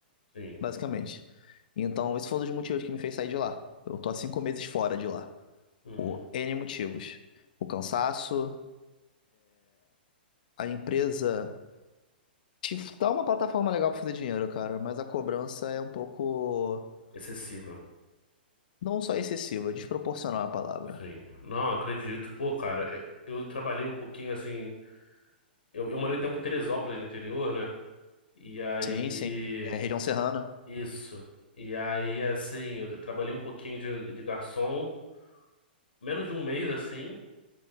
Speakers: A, on the left; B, on the left.
A: sim,
B: basicamente. Então, esse foi um dos motivos que me fez sair de lá. Eu tô há cinco meses fora de lá.
A: uhum.
B: Por N motivos. O cansaço, a empresa. Te dá uma plataforma legal pra fazer dinheiro, cara, mas a cobrança é um pouco.
A: Excessiva,
B: Não só excessiva, desproporcional é a palavra.
A: sim. Não, eu acredito, pô, cara, eu, eu trabalhei um pouquinho, assim, eu, eu morei um tempo em Teresópolis, no interior, né, e aí,
B: Sim, sim. É, região serrana.
A: isso, e aí, assim, eu trabalhei um pouquinho de, de garçom, menos de um mês, assim,